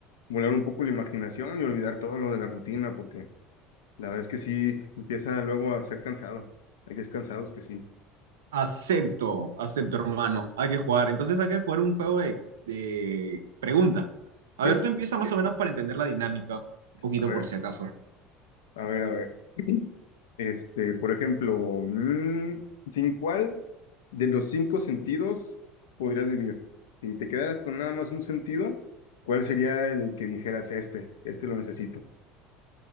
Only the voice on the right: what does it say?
Acepto, acepto, hermano. Hay que jugar. Entonces hay que jugar un juego de, de preguntas. pues. A
ver, tú empieza más o menos para entender la dinámica, un poquito
por si acaso.